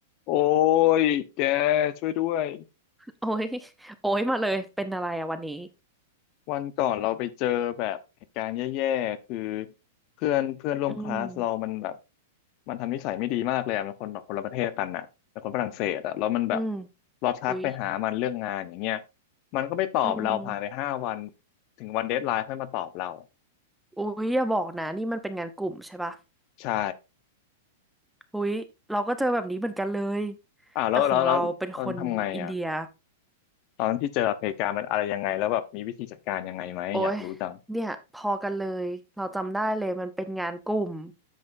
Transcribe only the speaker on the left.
โอ้ยแกช่วยด้วย
วันก่อนเราไปเจอแบบเหตุการณ์แย่ๆคือเพื่อนเพื่อนร่วมคลาสเรามันแบบ
มันทำนิสัยไม่ดีมากเลยอะมันคนแบบคนละประเทศกันอ่ะเป็นคนฝรั่งเศสอะแล้วมันแบบ
เราทักไปหามันเรื่องงานอย่างเงี้ย
มันก็ไม่ตอบเราผ่านไปห้าวัน
ถึงวันเดดไลน์ค่อยมาตอบเรา
ใช่
อ่าวแล้วแล้วแล้วตอนทำไงอ่ะ
ตอนที่เจอเหตุการณ์มันอะไรยังไงแล้วแบบมีวิธีจัดการยังไงไหมอยากรู้จัง